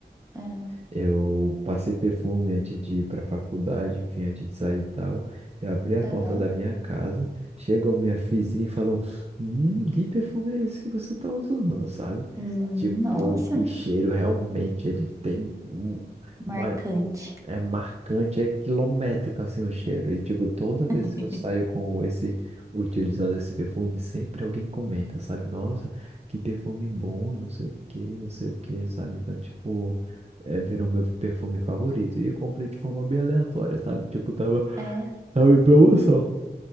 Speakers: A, on the right (about 15°); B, on the right (about 35°).
A: É.
B: Eu passei perfume antes de ir para a faculdade, enfim, antes de sair e tal. Eu abri a porta
A: Aham.
B: da minha casa, chegou minha vizinha e falou: Hum, que perfume é esse que você tá usando, sabe?
A: Hum,
B: Tipo,
A: Nossa.
B: o cheiro realmente ele tem um- uma
A: Marcante.
B: é marcante, é quilométrico assim o cheiro. E tipo, toda vez
A: <laughs>
B: que eu saio com esse, utilizando esse perfume, sempre alguém comenta, sabe? Nossa, que perfume bom, não sei o que, não sei o que, sabe? Então, tipo, é, virou meu perfume favorito. E eu comprei de forma bem aleatória, sabe? Tipo, tava,
A: É.
B: tava em promoção.